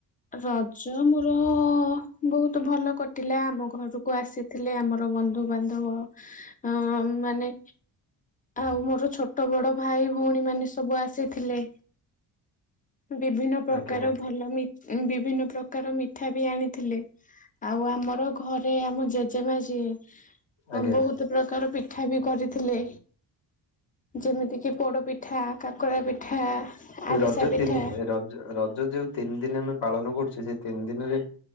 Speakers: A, on the left; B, on the left.
A: ରଜ ମୋର ହ ବହୁତ ଭଲ କଟିଲା। ଆମ ଘରକୁ ଆସିଥିଲେ। ଆମର ବନ୍ଧୁ ବାନ୍ଧବ ଅ ମାନେ ଆଉ ମୋର ଛୋଟ ବଡ ଭାଇ ଭଉଣୀ ମାନେ ସବୁ ଆସିଥିଲେ। ବିଭିନ୍ନ ପ୍ରକାର
B: ଆଜ୍ଞା
A: ଭଲ ମି ଏ ବିଭିନ୍ନ ପ୍ରକାର ମିଠା ବି ଆଣିଥିଲେ। ଆଉ ଆମର ଘରେ ଆମ ଜେଜେମା ଯିଏ
B: ଆଜ୍ଞା
A: ବହୁତ ପ୍ରକାର ପିଠ ଠା ବି କରିଥିଲେ ଯେମିତି କିି ପୋଡ ପିଠା। କାକରା ପିଠା, ଆରିସା
B: ରଜ
A: ପିଠା।
B: ତିନି ରଜ ରଜ ଯୋଉ ତିନି ଦିନ ଆମେ ପାଳନ କରୁଛି, ସେ ତିନି ଦିନରେ